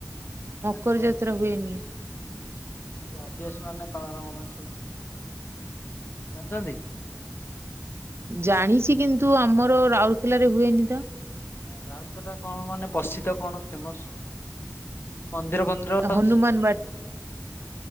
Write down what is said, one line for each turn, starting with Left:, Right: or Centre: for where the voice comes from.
Left: ସେ
Right: ମକର
Left: ଆଖ ପାଖରେ
Right: ଯାତ୍ରା ହୁଏନି।
Left: ଆଉ ଯଉ ଆଦିବାସୀ ମାନେ ପାଳନ କରନ୍ତି ସବୁ ଜାଣିନ୍ତି?
Right: ଜାଣିଛି କିନ୍ତୁ ଆମର ରାଉରକେଲାରେ ହୁଏନି ତ।
Left: ରାଉଲକେଲା କଣ ମାନେ ପ୍ରସିଦ୍ଧ କଣ ଫେମସ୍? ମନ୍ଦିର ଫନ୍ଦିର
Right: ହନୁମାନ
Left: ଅଛି?